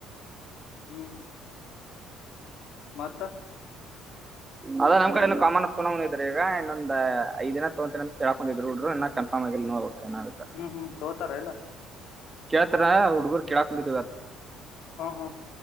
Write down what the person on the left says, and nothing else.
ಹ್ಮ್ ಮತ್ತ
ಹ್ಮ್ ಹ್ಮ್ ತೋತಾರ ಇಲ್ಲ
ಹ್ಮ್ ಹ್ಮ್